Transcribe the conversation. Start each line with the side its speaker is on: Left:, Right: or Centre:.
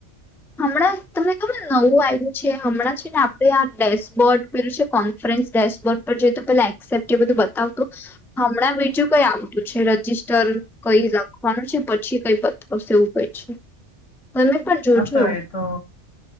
Centre: હમણાં તમને ખબર નવું આવ્યું છે. હમણાં છે ને આપડે આ ડેસ્કબોર્ડ કર્યું છે. કોન્ફરન્સ ડેસ્ક વક્ત પછી તો પેલા ક્સેપ્ટ કે બધું બતાવતું, હમણાં બીજુ કઈ આવતું છે. રજિસ્ટર કઈ લખવાનું છે. પછી કઈ બતાવશે એવું કઈ છે. તમે પણ જોજો
Left: હા તો એ તો